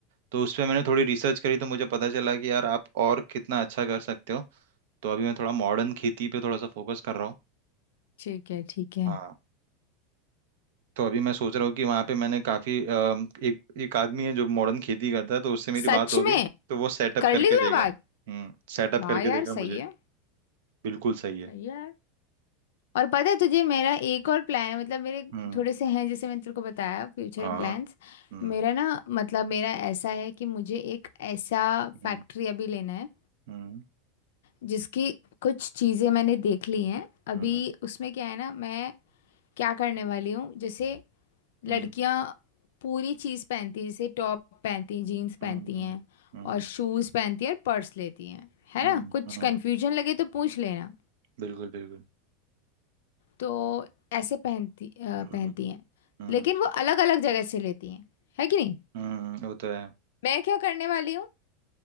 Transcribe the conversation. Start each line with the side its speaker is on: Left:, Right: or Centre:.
Right: तो उस पे मैंने थोड़ी रिसर्च करी तो मुझे पता चला कि यार आप और कितना अच्छा कर सकते हो तो अभी मैं थोड़ा मॉडर्न खेती पे थोड़ा सा फोकस कर रहा हूँ
Left: ठीक है ठीक है
Right: हाँ तो अभी मैं सोच रहा हूँ कि वहाँ पे मैंने काफ़ी एक एक आदमी है जो मॉडर्न खेती करता है तो उससे मेरी
Left: सच
Right: बात हो
Left: में
Right: गई तो वो सेटअप
Left: कर
Right: करके
Left: ली तूने
Right: देगा
Left: बात
Right: हम्म सेटअप
Left: वाह
Right: करके
Left: यार
Right: देगा
Left: सही
Right: मुझे
Left: है
Right: बिल्कुल सही है
Left: सही है और पता है तुझे मेरा एक और प्लान है मतलब मेरे
Right: हम्म
Left: थोड़े से हैं जैसे मैंने तेरे को बताया फ्यूचर
Right: हाँ
Left: प्लान्स
Right: हम्म
Left: मेरा ना मतलब मेरा ऐसा है कि मुझे एक ऐसा
Right: हम्म
Left: फैक्ट्री अभी लेना है
Right: हम्म
Left: जिसकी कुछ चीज़ें मैंने देख ली हैं अभी
Right: हम्म
Left: उसमें क्या है ना मैं क्या करने वाली हूँ जैसे लड़कियाँ
Right: हम्म
Left: पूरी चीज़ पहनती हैं जैसे टॉप पहनती हैं जीन्स पहनती
Right: हम्म हम्म
Left: हैं
Right: हम्म,
Left: और शूज़ पहनती हैं और पर्स लेती हैं है
Right: हम्म,
Left: ना कुछ
Right: हम्म,
Left: कन्फ्यूजन लगे तो पूछ लेना
Right: बिल्कुल बिल्कुल
Left: तो ऐसे पहनती अ,
Right: हम्म
Left: पहनती हैं
Right: हम्म
Left: लेकिन वो अलग अलग जगह से लेती हैं है कि नहीं
Right: हम्म, वो तो है
Left: मैं क्या करने वाली हूँ